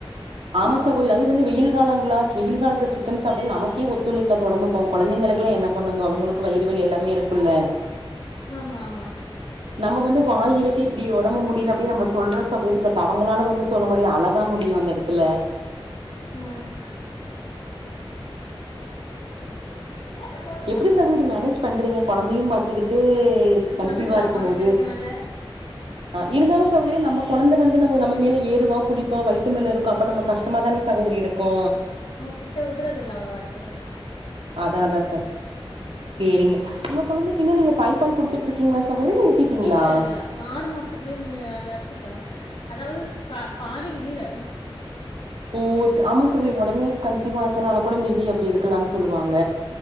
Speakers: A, on the right (about 75°); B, on the left (about 65°).
A: ஆமா
B: ஆ
A: சகோதரி கொஞ்சொ வெயில் காலங்கள வெயில் காலத்துல சிக்கன் சாப்டா நமக்கே ஒத்துழைக்காது ஒடம்பு அப்போ கொழந்தைங்களுக்குலா என்ன பண்ணுங்க அவங்களுக்கு வயி வல் எல்லாமே இருக்குல்ல
B: ஆமா ஆமா
A: நம்ம வந்து வாயிறக்கி இப்டி ஒடம்பு முடியல அப்டின்னு நம்ம சொல்றோ சகோதரி பட் அவங்களால வந்து சொல்ல முடியல அதா தா முடியு அந்த எடத்துல
B: ம் <inaudible>
A: எப்டி சகோதரி மேனேஜ் பண்றீங்க கொழந்தையு பாத்துக்கிட்டு கன்சீவா
B: சொன்னேன்ல
A: இருக்கும்போது
B: அம்மா வீட்ல இருக்கனால
A: அ இருதாலு சகோதரி நம்ம கொழந்தை வந்து நம்ம நம்ம மேல ஏறுவா புடிப்பா இப்ப வைத்து மேல இருக்கு அப்ப நம்ம கஷ்டமா தான சகோதரி இருக்கு
B: திட்ட உட்டுறது இல்ல அவன வாட்டு
A: அதா அதா சார் சேரிங்க உங்க குழந்தைக்கு இன்னு நீங்க தாய் பல் குடுத்துட்ருக்கீங்ளா சகோதரி நிறுத்திட்டீங்ளா
B: இல்ல இல்ல ஆறு மாசத்துலயே அ நிருத்திட்டா அதாவது ப பாலே இல்ல
A: டூஸ் ஆமா சுபி ஒடனே கன்சீவா இருக்கனால கூட மேபி அப்டி இருக்கலான்னு சொல்லுவாங்க